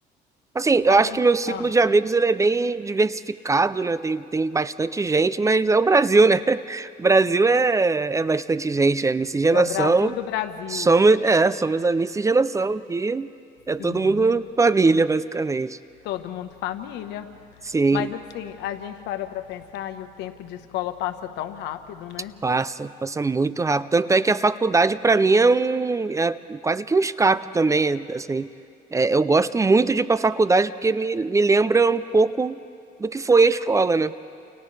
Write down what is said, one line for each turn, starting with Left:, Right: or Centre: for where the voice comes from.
Right: Assim, eu
Left: A
Right: acho
Left: gente.
Right: que meu ciclo
Left: ah,
Right: de amigos ele é bem diversificado, né? Tem, tem bastante gente, mas é o Brasil, né? <laughs> O Brasil é, é bastante gente, é miscigenação.
Left: é o Brasil do Brasil.
Right: Somos, é, somos a miscigenação, que é todo
Left: Sim,
Right: mundo família, basicamente.
Left: todo mundo família.
Right: Sim.
Left: Mas assim, a gente parou pra pensar e o tempo de escola passa tão rápido, né?
Right: Passa, passa muito rápido. Tanto é que a faculdade, para mim, é um, é quase que um escape também, assim. É, eu gosto muito de ir para a faculdade porque me, me lembra um pouco do que foi a escola, né?